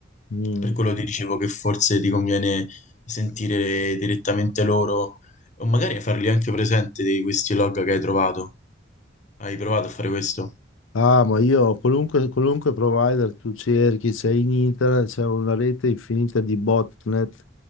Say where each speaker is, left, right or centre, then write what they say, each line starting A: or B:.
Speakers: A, on the left; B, on the left.
A: Mm.
B: Per quello ti dicevo che forse ti conviene sentire direttamente loro o magari fargli anche presente di questi log che hai trovato. Hai provato a fare questo?
A: Ah, ma io qualunque, qualunque provider tu cerchi, c'è in internet, c'è una rete infinita di botnet